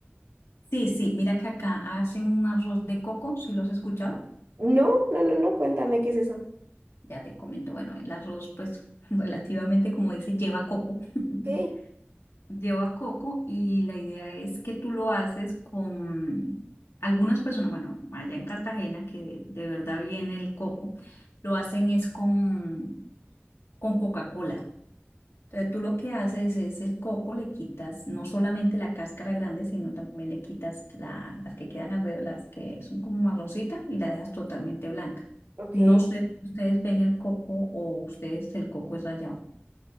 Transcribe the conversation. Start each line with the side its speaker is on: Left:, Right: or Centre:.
Left: Sí, sí, mira que acá hacen un arroz de coco, si lo has escuchado?
Right: No, no, no, no, cuéntame qué es eso.
Left: Ya te comento, bueno, el arroz pues <laughs> relativamente como dice, lleva coco. <laughs>
Right: Ok,
Left: Lleva coco y la idea es que tú lo haces con algunas personas, bueno, allá en Cartagena que de, verdad viene el coco, lo hacen es con, con Coca-Cola. Entonces tú lo que haces es el coco, le quitas no solamente la cáscara grande, sino también le quitas la- las que quedan alrededor, las que son como marroncita y la dejas totalmente blanca.
Right: ok,
Left: No sé si ustedes ven el coco o ustedes el coco es rallado,